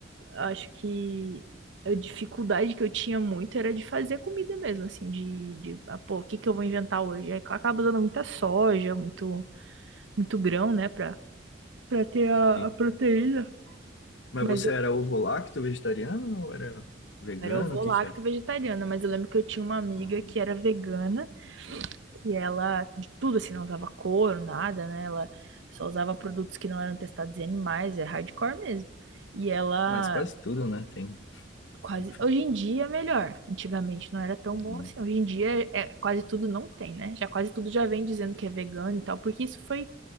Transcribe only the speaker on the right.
acho que a dificuldade que eu tinha muito era de fazer comida mesmo, assim, de, de ah, pô, o que que eu vou inventar hoje? Aí acaba usando muita soja, muito, muito grão, né, pra, pra ter a,
a proteína.
Mas
Eu Era ovo-lacto
vegetariana, mas eu lembro que eu tinha uma amiga
que era vegana, que ela de tudo assim, não usava couro, nada, né? Ela só usava produtos que não eram testados em animais, é hardcore mesmo. E ela
quase.
Hoje em dia é melhor. Antigamente não era tão
bom assim. Hoje em dia é é, quase tudo não tem, né? Já quase tudo já vem dizendo que é vegano e tal, porque isso foi